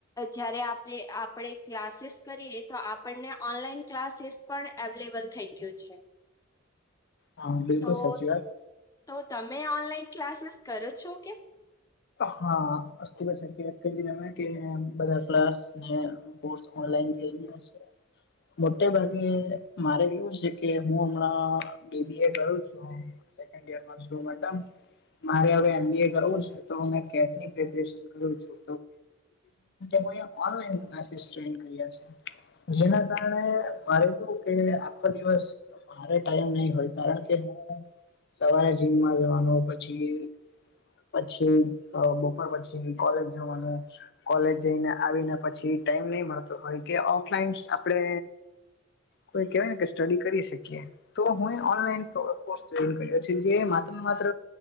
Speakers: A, on the left; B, on the left.
A: જયારે આપણે આપણે ક્લાસીસ કરીએ તો આપણને ઓનલાઈન ક્લાસીસ પણ અવેલેબલ થઈ ગયું છે.
B: હા બિલકુલ
A: તો
B: સાચી વાત.
A: તો તમે ઓનલાઈન ક્લાસીસ કરો છો કે?
B: હા ખુબ જ સાચી વાત કરી તમે બધા ક્લાસને કોર્સ ઓનલાઈન થઈ ગયા સે મોટે ભાગે મારે એવું છે કે હું હમણાં બી બી એ કરુ છુ સેકન્ડ યરમાં છુ <inaudible> મારે હવે એમ બી એ કરવું છે. તો અમે કેટની પ્રપરેશન કરું છું. <inaudible> ઓનલાઇન ક્લાસીસ જોઈન્ટ કર્યા છે. જેના કારણે મારે કેવુ કે આખો દિવસ મારે ટાઈમ નહી હોય કારણ કે હું સવારે જીમમાં જવાનું પછી પછી બપોર પછી કોલેજ જવાનું. કોલેજ જઈને આવીને પછી ટાઈમ નહી મળતો હોય કે ઓફલાઈન આપણે કોઈ કહેવાય ને કે સ્ટડી કરી શકીએ. તો હું ઓનલાઈન કો કોસ કર્યો છે જે માત્ર ને માત્ર